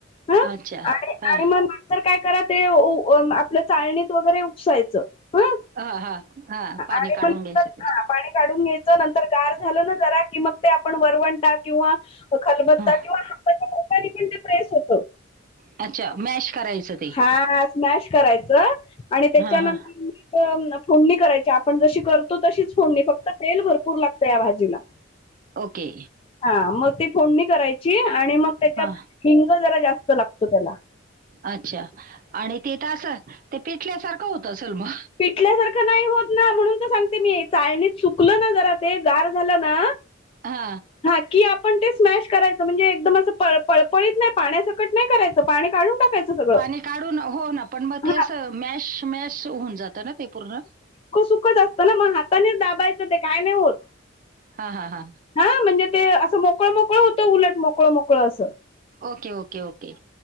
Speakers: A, on the left; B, on the right.
A: ह
B: अच्छा
A: आणि
B: हा
A: आणि म तर काय करा ते आपल्या चाळणीत वगैरे उपसायचं. हं
B: हा हा हा पाणी
A: आणि
B: काढून
A: मग नंतर
B: घ्यायचं ते.
A: पाणी काढून घ्यायचं नंतर कार झालं ना जरा कि मग ते आपण वरवंटा किंवा खलबत्ता
B: हा.
A: किंवा हच्या प्रकारने पण ते प्रेस होतं.
B: अच्छा मॅश करायचं? ते
A: हा स्मॅश करायचं आणि त्याच्यानंतर
B: हा हा
A: फोडणी करायची आपण जशी करतो तशीच फोडणी फक्त तेल भरपूर लागतं या भाजीला.
B: ओके.
A: हा मग ती फोडणी करायची आणि मग त्याच्यात
B: हा
A: हिंग जरा जास्त लागतो त्याला.
B: अच्छा आणि तेथ असं ते पिटल्यासारखं होत असल मग
A: पिटल्यासारखं नाही होत ना म्हणून तर सांगते मी चाळनीत सुकल ना जरा ते गार झालं ना
B: हा.
A: हा की आपण ते स्मॅश करायचं म्हणजे एकदम असं प पळपळीत नाही पाण्याचं कट नाही करायचं पाणी काढून टाकायचं सगळं
B: पाणी काढून हो ना पण मग
A: हा
B: ते असं मॅश मॅश होऊन जातं ना ते पूर्ण
A: सुख सुखच असतं ना मग हातानेच दाबायचं ते काय नाही होत.
B: हा हा हा.
A: हा म्हणजे ते असं मोकळ, मोकळ होतं उलट मोकळ, मोकळ अस.
B: ओके, ओके, ओके,